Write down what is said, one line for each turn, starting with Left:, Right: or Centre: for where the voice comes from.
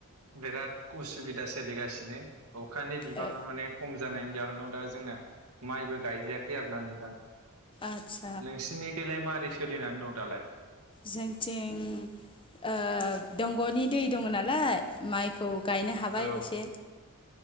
Right: बिराद उसुबिदा सोलिगासिनो। अखानि बिबाङा
Left: औ
Right: माने खम जानायनि जाहोनाव दा जोंना माइबो गायजायाखै आरोना नोंथां।
Left: आथ्स
Right: नोंसिनिखौैलाय मोरै सोलिनानै दं दालाय?
Left: जोंथिं ओ दंग'नि दै दङ नालाय माइखौ गायनो हाबाय
Right: औ
Left: एसे।